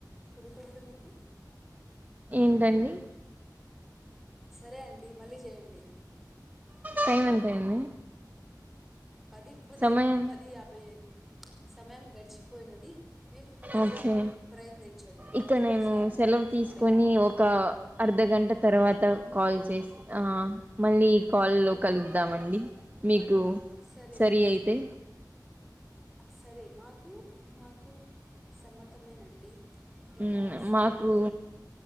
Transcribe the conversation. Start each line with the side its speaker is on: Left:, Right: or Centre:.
Centre: చిరుతిండ్లు మీకు
Right: ఏంటండి
Centre: సరే అండి మళ్ళీ చేయండి
Right: టైం ఎంత అయింది
Centre: పది పదైదు
Right: సమయం
Centre: పది యాభై ఐదు సమయం గడిచిపోయినది మీరు తిరిగి
Right: ఓకే
Centre: ప్రయత్నించండి
Right: ఇక
Centre: ఇంకొకసారీ
Right: నేను సెలవు తీసుకొని
Centre: ఇప్పుడే
Right: ఒక అర్ధగంట తర్వాత కాల్ చెస్ ఆ మళ్ళీ కాల్లో కలుద్దామండి మీకు
Centre: సరే
Right: సరి
Centre: అండి
Right: అయితే
Centre: సరే మాకు మాకు సమ్మతమేనండి
Right: హ్మ్మ్
Centre: ఇక సెలవు
Right: మాకు